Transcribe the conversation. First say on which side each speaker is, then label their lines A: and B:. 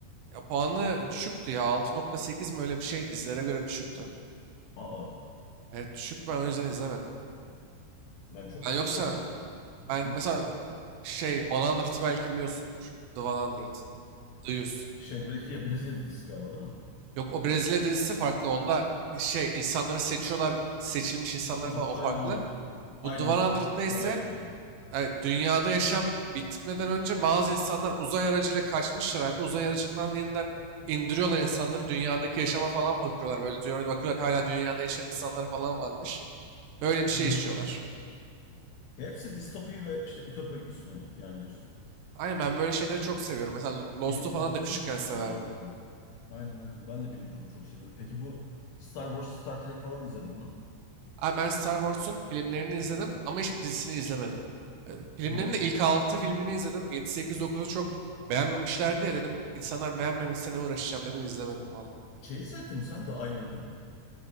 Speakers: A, on the right (about 80°); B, on the left (about 80°).
A: Ya puanı düşüktü ya. 6.8 mi öyle bir şey dizilere göre düşüktü.
B: Aa,
A: Evet düşüktü ben o yüzden izlemedim.
B: ben çok
A: Ben
B: yüksek
A: yoksa
B: diye hatırlıyorum ya.
A: ben
B: İlginç.
A: mesela şey 100'ı belki biliyorsundur. The 100. The 100.
B: Şey Brezilya, Brezilya dizisi galiba değil mi?
A: Yok o Brezilya dizisi farklı. Onda şey insanları seçiyorlar. Seçilmiş insanlar
B: Tamam,
A: falan o
B: aynen
A: farklı.
B: aynen.
A: Bu
B: Island
A: The
B: gibi.
A: 100'da ise
B: The Island gibi.
A: Evet, dünyada yaşam bitmeden önce bazı insanlar uzay aracıyla kaçmışlar abi. Uzay aracından yeniden indiriyorlar insanları. Dünyadaki yaşama falan bakıyorlar böyle. Dünyada bakıyorlar hala dünyada yaşayan insanlar falan varmış. Böyle bir şey
B: Hı hı.
A: işliyorlar.
B: Hepsi distopi ve işte ütopi üstüne yani diyorsun.
A: Aynen ben böyle şeyleri çok seviyorum. Mesela Lo- Lost'u
B: Bilim
A: falan
B: kurgu
A: da küçükken
B: ben de çok
A: severdim.
B: seviyorum bilim kurgu. Aynen aynen ben de bilim kurgu çok seviyorum. Peki bu Star Wars, Star Trek falan izledin mi?
A: Abi ben Star Wars'un filmlerini izledim ama hiçbir dizisini izlemedim. E, Filmlerin
B: Hı.
A: de ilk 6 filmini izledim. yedi 8 dokuzu çok beğenmemişlerdi ya dedim. insanlar beğenmemişse ne uğraşacağım dedim izlemedim valla.
B: Şeyi seyrettin mi sen The Island'ı?